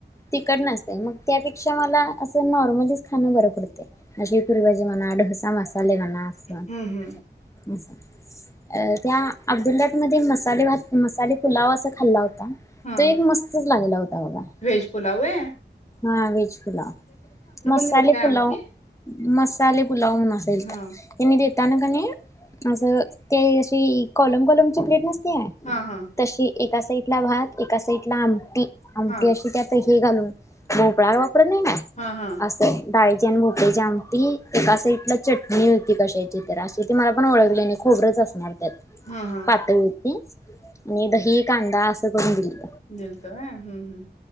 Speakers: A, on the left; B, on the left.
A: तिखड नसतय, मग त्यापेक्षा मला असं नॉर्मलीच खाणं बरं पडतयं <unintelligible> पुरी, भाजी म्हणा डोसा मसालेे, म्हणा असं
B: हम्म हम्म
A: असं त्या अब्दुललाट मध्ये मसाले भात मसाले पुलाव असा खाल्ला होता. तो
B: हा
A: एक मस्तच लागला होता, बघा.
B: व्हेज पुलाव होय.
A: हा व्हेज. मसालेे
B: देतात काय
A: पुलाव,
B: आमटी
A: मसालेे पुुलाव नसेल
B: हा
A: तर, <unintelligible> त्यान कनइ माझ त्या दिवशी कॉलम कॉलमची प्लेट नसत्या
B: हा हा
A: तशी एका साईडला भात एका साईडला आमटी आमटी
B: हा
A: अशी त्या भोपळा वापरत नाही का,
B: हा हा
A: जास्त? डाळीची आणि भोपळ्याची आमटी एका साइडला चटणी होती. कशाची तर, अशी ती मला पण ओळखली नाही. खोबरच असणार, त्यात
B: हा हा
A: पातळीती आणि दही कांदा असं करून दिलं.
B: गेलतो, व्हय हम्म हम्म!